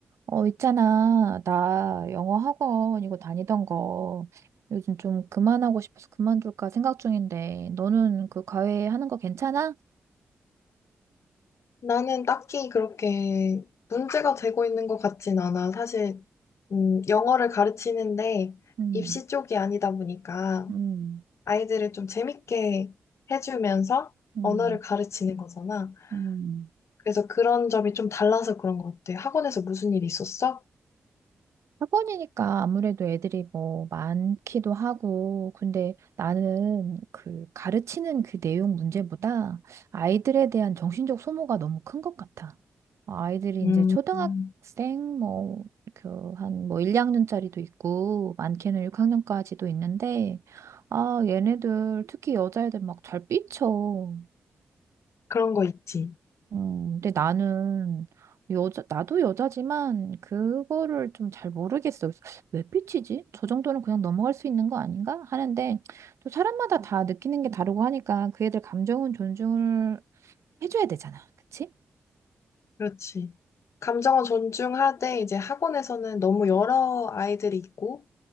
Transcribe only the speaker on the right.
어, 있잖아. 나 영어 학원 이거 다니던 거 요즘 좀 그만하고 싶어서 그만둘까 생각 중인데 너는 그 과외 하는 거 괜찮아?
음,
음,
음,
음.
학원이니까 아무래도 애들이 뭐 많기도 하고, 근데 나는 그 가르치는 그 내용 문제보다 아이들에 대한 정신적 소모가 너무 큰 것 같아. 아이들이
이제 초등학생
뭐, 그, 한 뭐 1, 2학년짜리도 있고, 많게는 6학년까지도 있는데, 아, 얘네들, 특히 여자애들 막 잘 삐쳐.
음, 근데 나는 여자, 나도 여자지만 그거를 좀 잘 모르겠어. 그래서 왜 삐치지? 저 정도는 그냥 넘어갈 수 있는 거 아닌가? 하는데 또 사람마다 다 느끼는 게 다르고 하니까 그 애들 감정은 존중을 해줘야 되잖아. 그치?